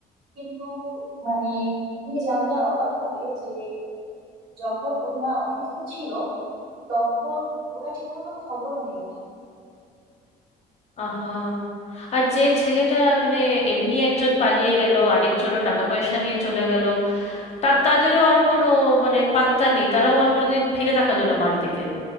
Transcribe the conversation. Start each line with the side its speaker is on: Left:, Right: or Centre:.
Right: কিন্তু মানে তুমি জানলে অবাক হবে যে যখন ওর মা অসুস্থ ছিল তখন ওরা ঠিকমতো খবরও নেয়নি
Left: আহা আর যে ছেলেটা মানে এমনি একজন পালিয়ে গেল আরেকজনও টাকা পয়সা নিয়ে চলে গেল তা তাদেরও আর কোনো মানে পাত্তা নেই তারাও আর কোনোদিন ফিরে তাকালো না মার দিকে